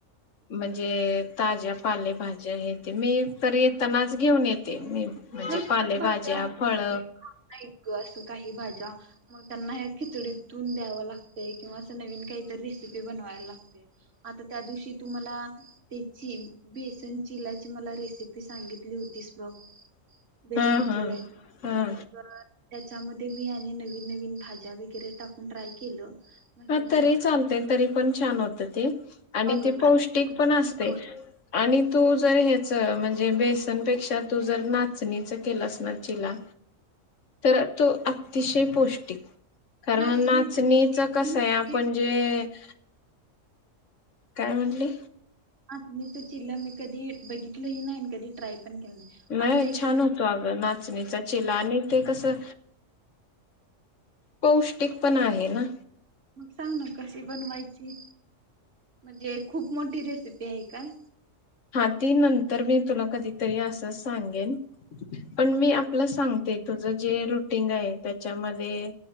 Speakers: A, on the left (about 65°); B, on the right (about 65°).
A: म्हणजे ताज्या पालेभज्या हे ते मी तरी येतानाच घेऊन येते मी म्हणजे
B: नुसत्याच
A: पालेभाज्या
B: भाज्या मग त्या
A: फळ
B: कोण खात नाहीत ग अस- का भाज्या मग त्यांना खिचडीतून द्याव लागत किवा अस नवीन काहीत रेसिपी बनवाला लागते आता त्या दिवशी तुम्हाला त्याची बेसन चिलाची मला रेसिपी सांगितली होतीस ब बेसन
A: हा हा
B: चिलाय
A: हा
B: मग त्याच्यामध्ये मी आणि नवीन नवीन भाज्या वगैरे टाकून ट्राय केलं म्हटलं
A: हा तरी
B: मुलं खातात
A: चालतय तरी पण छान होत ते आणि
B: अगं
A: ती पौष्टिक
B: खात
A: पण असतय आणि तू जर ह्याच म्हणजे बेसनपेक्षा तू जर नाचणीच केलंस ना चिला तर तो अतिशय पौष्टिक. कारण
B: नाचणीची
A: नाचणीच कस
B: मी
A: आहे आपण
B: कधी
A: जे <inaudible> काय म्हटली.
B: हा मी तो चिला मी कधी बघितलं ही नाय कधी ट्राय पण केलं
A: नाही
B: आमच्या इकडं
A: छान
B: ना
A: होतो अगं नाचणीचा चेला आणि ते कसं पौष्टिक पण आहे ना.
B: मग सांग ना कशी बनवाय ची म्हणजे खूप मोठी रेसिपी आहे काय?
A: हा ती नंतर मी तुला कधीतरी असच सांगेन. पण
B: हा
A: मी आपलं सांगते. तुझं जे रुटीन आहे, त्याच्यामध्ये